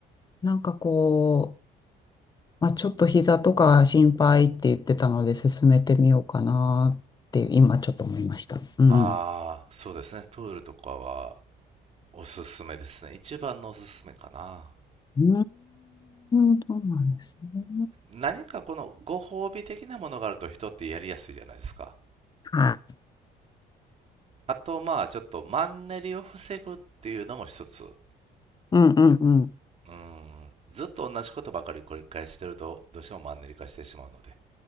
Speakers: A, on the left; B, on the right.
A: なんかこう、まあ、ちょっと膝とか心配って言ってたので、進めてみようかなって今ちょっと思いました。うん。
B: ああ、そうですね。プールとかはおすすめですね。一番のおすすめかな。
A: うーん、そうなんですね。
B: 何かこのご褒美的なものがあると人ってやりやすいじゃないですか。
A: はい。
B: あと、まあ、ちょっとマンネリを防ぐっていうのも一つ。う
A: うんうんうん。
B: ん、ずっと同じことばかり繰り返してると、どうしてもマンネリ化してしまうので。